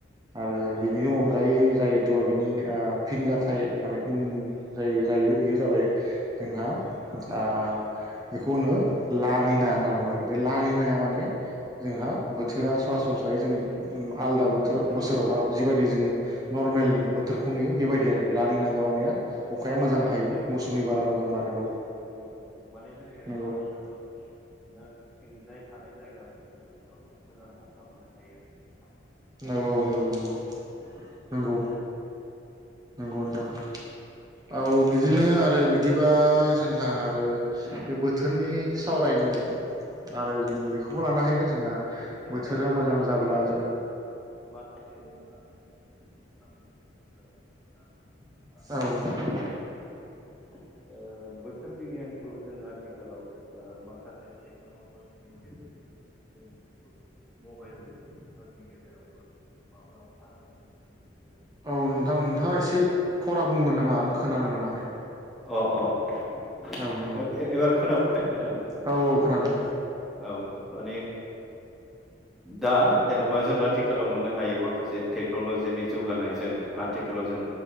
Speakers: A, on the right (about 20°); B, in the centre.
A: आरो बिनिनि अनगायै जायथु बिनि ओ फिनजाथाइ माने उन जा जायो बेयो जाबाय जोंहा आ बेखौनो लानिना होनना बुङो आरो बे लानि माने जोंहा बोथोरा सरासनस्रायै जों आलादा बोथोर
B: जोंनि
A: बोसोरावहा जिबायदि जोङो नरमेल बोथोरखौ नुयो बेबायदि आरो लालिना लाव आ
B: नंगौ
A: मोजां
B: माने
A: खा
B: जों
A: मौसुमि बारा मोजां बारो औ
B: नंगौ नंगौ माने जोंनि ओरै
A: नंगौ
B: भारत हादर थिंजाय थानाय जायगाबो ओनसोलफोराव माने मोजां अखा मोननो हायो आरो ना।
A: औ औ नंगौ नंगौ नंगौ। नंगौ नोंथां औ बिदिनो आरो बिदिबा जोंहा आरो बे बोथोरनि सावरायनो आरो जों बेबो लानो हायो
B: औ
A: जोंहा
B: नोंथां
A: बोथोरा
B: ओ
A: मोजां
B: जेनेबा
A: जाब्ला
B: बोथोर
A: जों
B: माखासे आं नोंखौनो <unintelligible>
A: औ नोंथां
B: ओ बोथोर बिगियानखौ जों आथिखालाव ओ माखासे जायखि बेनि गेजेर जों मबाइलफोरनि गेजेरावबो माब्ला अखा होगोन लोगोसे
A: औ नोंथां नोंथाङा एसे खरा बुंगोन नामा आं खोनानो मोनाखै।
B: अ अ
A: औ नंगौ
B: एबार खोनाबायाय नोंथां?
A: औ औ खोनादों
B: औ माने दा जेनेबा जों आथिखालाव मोननो हायो माखासे टेक्न'लजिनि जौगानायजों आथिखालाव जों